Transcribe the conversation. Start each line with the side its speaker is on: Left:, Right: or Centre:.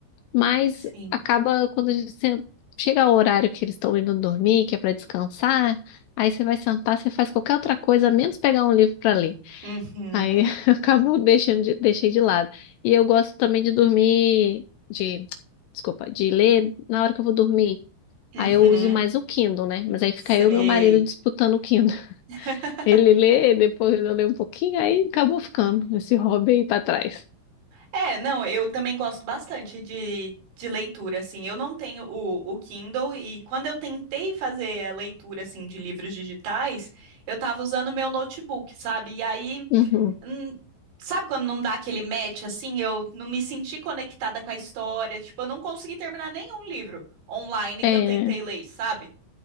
Left: Mas
Right: sim.
Left: acaba quando você chega ao horário que eles estão indo dormir, que é para descansar, aí você vai sentar, você faz qualquer outra coisa, menos pegar um livro para ler.
Right: Uhum,
Left: Aí <laughs> eu acabo deixando de, deixei de lado. E eu gosto também de dormir, de, desculpa, de ler na hora que eu vou dormir.
Right: uhum,
Left: Aí eu uso mais o Kindle, né? Mas aí
Right: sei.
Left: fica eu e meu marido disputando o Kindle. <laughs>
Right: <laughs>
Left: Ele lê, depois eu leio um pouquinho, aí acabou ficando esse hobby aí para trás.
Right: É, não, eu também gosto bastante de, de leitura, assim. Eu não tenho o, o Kindle e quando eu tentei fazer a leitura, assim, de livros digitais, eu tava usando meu notebook, sabe? E aí,
Left: Uhum.
Right: hum, sabe quando não dá aquele match, assim? Eu não me senti conectada com a história, tipo, eu não consegui terminar nenhum livro online
Left: É,
Right: que eu tentei ler, sabe?